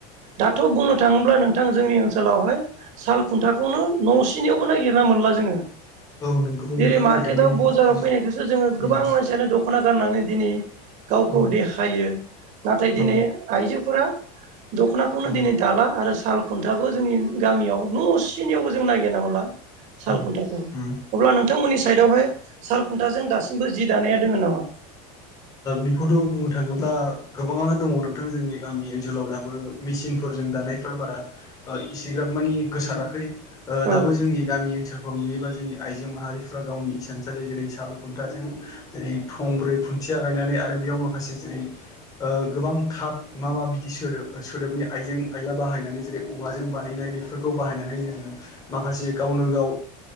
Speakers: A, on the right; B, on the left.
A: दाथ बुंनो थाङोब्ला नोंथां जोंनि ओनसोलावहाय। साल खुन्थाखौनो न'सेनियावबो नागिरना मोनला जोङो।
B: औ नोंगौ नोंथां
A: जेरै मार्केटआव
B: नागिरना मोनला
A: बाजाराव
B: उम
A: फैनायखौसो जोङो गोबां
B: उम
A: मानसिानो दखना गारनानै दिनै गावखौ
B: औ
A: देखायो नाथाय
B: औ
A: दिनै आइजोफोरा। दखनाखौनो
B: औ
A: दिनै दाला आरो साल खुन्थाबो जोंनि। गामियाव न' सिनियावबो जों नागिरनाा मोनला साल
B: औ
A: खुन्थाखौ।
B: उम
A: अब्ला नोंथांमोननि साइदावहाय साल खुन्थाजों दासिमबो जि दानाया दोङ नामा?
B: बेखौथ बुंनो थाङोब्ला। गोबाङानो दङ नोंथां जोंनि गामि ओनसोलाव दाबो मेसििनफोरजों दानायफ्रा बारा इसिग्राब मोन माने गोसाराखै
A: औ
B: दाबो जोंनि गामि ओनसोलफोराव। नुयोबा जोंनि आइजो माहारिफ्रा गावनि इसानसालि जेरै साल खुन्थाजों जेरै थंब्रै खु खुथिया गायनानै आरो बेयाव माखासे जेरै गोबां थाद मा मा बिदि सोदोब सोदोबनि आइ आइजों आइला बनानै जेरै औवाजों बानायनाय बे बाहायनानै जोङो माखासे गावनो गाव